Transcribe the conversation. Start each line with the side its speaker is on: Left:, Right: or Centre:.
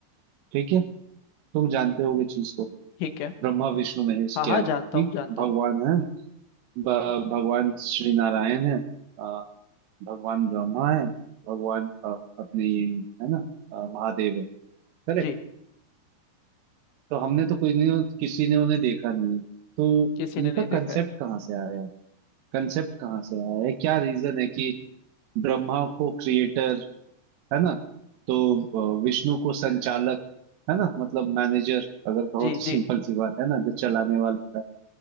Right: ठीक है तुम जानते होगे चीज को
Left: ठीक है
Right: ब्रह्मा विष्णु महेश
Left: हाँ
Right: क्या
Left: हाँ
Right: है
Left: जानता
Right: कि
Left: हूँ जानता
Right: भगवान
Left: हूँ
Right: है ब- भगवान श्री नारायण है अ, भगवान ब्रह्मा है भगवान अ, अपने ये है ना अ, महादेव है
Left: जी
Right: तो हमने तो कोई नहीं किसी ने उन्हें देखा नहीं है तो
Left: किसी
Right: इनका
Left: ने नहीं देखा
Right: कंसेप्ट
Left: है
Right: कहाँ से आया है कंसेप्ट कहाँ से आया है क्या रीजन है कि ब्रह्मा को क्रिएटर है ना तो अ, विष्णु को संचालक है ना मतलब मैनेजर अगर कहो
Left: जी
Right: तो सिंपल
Left: जी
Right: सी बात है ना जो चलाने वाला है